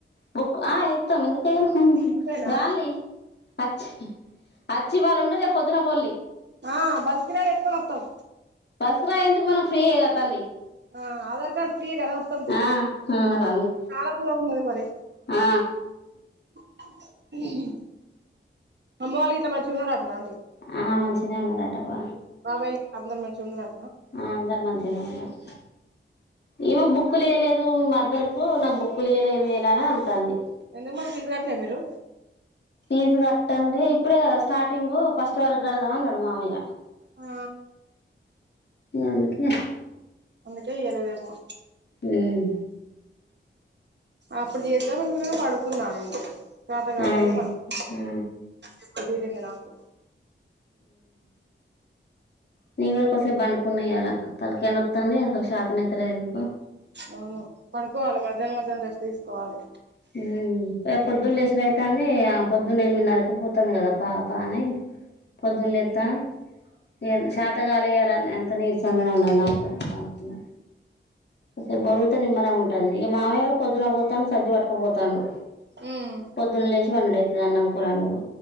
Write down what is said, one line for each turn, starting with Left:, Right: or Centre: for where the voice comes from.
Left: బుక్ ఆ ఏత్తం ఎందుకేయం
Right: అంతేనా
Left: రాన్ లే అచ్చి అచ్చి ఇవాళ్ళ ఉండి రేపొద్దున బొల్లి
Right: ఆ బర్త్ డే చెత్తే వత్తాం
Left: బస్సుకిరాయి ఎందుకు మనకు ఫ్రీయేగా తల్లి
Right: ఆ ఆధార్ కార్డు ఫ్రీయే కదా వత్తంటి
Left: ఆ ఆ రాన్లీ
Right: చాలా దూరం ఉన్నది మరి
Left: ఆ
Right: హు హమ్ అమ్మ వాళ్ళు గిట్ల మాంచి ఉన్నరట్నా
Left: ఆ మంచిగనే ఉన్నదట అవ్వ
Right: బాబాయిలు అందరు మంచి ఉన్న రా
Left: ఆ అందరు మంచిగానే ఉన్నారు ఏమి బుక్లు ఇయలేదు మరద్దలకు నాకు బుక్లు ఇయలే ఎమిలీ అనే అంటంది
Right: ఎందుకు మరి ఫీసు కట్లే మీరు
Left: ఫీజు కట్టంటే ఇప్పుడే కదా స్టార్టింగ్ ఫస్ట్ వరకు కడదామ అన్నాడు మామయ్య
Right: ఆ
Left: అందుకే
Right: అందుకే ఇయాల పోయిణం
Left: ఉమ్
Right: అప్పుడు చేద్దాం అనుకున్నా కానీ పడుకున్నా నేను చత కాలేదు
Left: ఆ
Right: పడుకు
Left: ఆ
Right: ఇప్పుడు తీరింది నాకు
Left: నేను కూడా కొసేపు బండుకున్నాయి ఇయ్యలా తలకైనొతంది అసలు శాతనైయితేలేదు ఎంద్
Right: అవును పడుకోవాలి మధ్యాహ్నం మధ్యాహ్నం రెస్ట్ తీసుకోవాలి
Left: మ్ ఇగ పొద్దున్న లేసుడైతాంది అం పొద్దున్న ఎనిమిన్నరకే పోతంది కదా పాపని పొద్దున్న లేత్తన ఇగ శాతగాలే ఇయలా అంత నీరసంగానే ఉన్నది నాకు అని పడుకున్న కోసేపు ఒరుగుతే నిమ్మలంగుంటంది ఇగ మావయ్య పొద్దున పోతాండు సద్ధి పట్టుకపోతాండు
Right: ఉమ్
Left: పొద్దున లేసి వండైతది అన్నం కూరా వండుడు